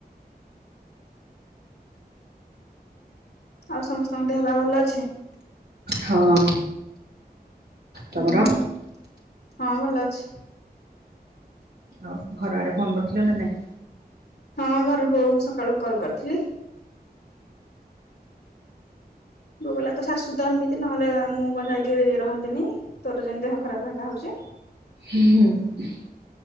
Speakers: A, on the left; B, on the right.
A: ଆଉ ସମସ୍ତଙ୍କ ଦେହ ପା ଭଲ ଅଛି
B: ହଁ ତମର?
A: ହୁଁ ହଁ ଭଲ ଅଛି
B: ଆଉ ଘର ଆଡେ ଫୋନ କରିଥିଲ ନା ନାଇଁ?
A: ହଁ ଘରୁ ବୋଉ ସକାଳୁ କଲ୍ କରିଥିଲି। ବୋଉ କହିଲା ତ ଶାଶୁ ତ ଏମିତି ନହେଲେ, ମୁଁ କଣ ଯାଇକି ରହନ୍ତିନି ତୋର ଯେମତି ଦେହ ଖରାପ ହେକା ହଉଛି।
B: ହୁଁ ହୁଁ